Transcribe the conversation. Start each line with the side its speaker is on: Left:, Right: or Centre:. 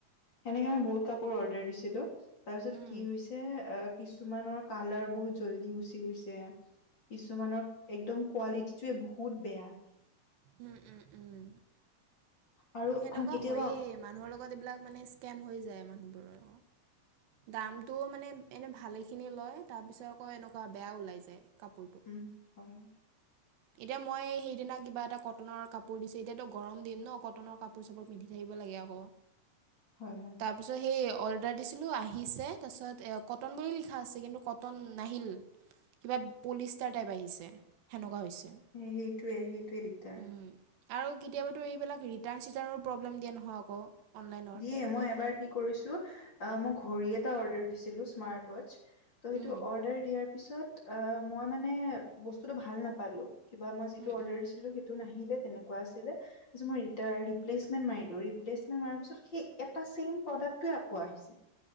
Left: সেনেকে মই বহুত কাপোৰ অৰ্ডাৰ দিছিলো। তাৰপিছত
Right: উম
Left: কি হৈছে যে অ কিছুমানৰ কালাৰ বহুত জল্দি গুচি গৈছে, কিছুমানৰ একদম কোৱালিটিটোৱে বহুত বেয়া।
Right: উম উম উম
Left: আৰু
Right: সেনেকুৱা
Left: কেতিয়াবা
Right: হয়য়ে মানুহৰ লগত এইবিলাক মানে স্কেম হৈ যায় মানুহ বোৰৰ। দামটো মানে এনে ভালেখিনি লয়, তাৰপিছত আকৌ এনেকুৱা বেয়া ওলাই যায় কাপোৰটো।
Left: উম হয়।
Right: এতিয়া মই সেইদিনা কিবা এটা কটনৰ কাপোৰ দিছে, এতিয়াতো গৰম দিন ন কটনৰ কাপোৰ কাপোৰ-চাপোৰ পিন্ধি থাকিব লাগে আকৌ।
Left: হয় হয়।
Right: তাৰপিছত সেই অৰ্ডাৰ দিছিলোঁ আহিছে, তাৰপিছত কটন বুলি লিখা আছে কিন্তু কটন নাহিল। কিবা পলিষ্টাৰ টাইপ আহিছে। কৱা হৈছে।
Left: সেইটোৱে সেইটোৱে দিগদাৰ
Right: উম। আৰু কেতিয়াবাতো এইবিলাক ৰিটাৰ্ণ চিটাৰ্ণৰ প্ৰব্লেম দিয়ে নহয় আকৌ অনলাইনত
Left: দিয়ে মই এবাৰ কি কৰিছো মোৰ ঘড়ী এটা অৰ্ডাৰ দিছিলো স্মাৰ্ট ৱাছ ত' সেইটো
Right: উম,
Left: অৰ্ডাৰ দিয়াৰ পিছত মই মানে বস্তুটো ভাল নাপালো কিবা মই যিটো
Right: উম,
Left: অৰ্ডাৰ
Right: উম।
Left: দিছিলো সেইটো টো নাহিলে যেনেকুৱা আছিলে পিছত মই ৰীতা ৰিপ্লেছমেন্ট মাৰিলো ৰিপ্লেছমেন্ট মাৰা পিছত সেই এটা ছেম প্ৰডাক্টটোৱে আকৌ আহিছে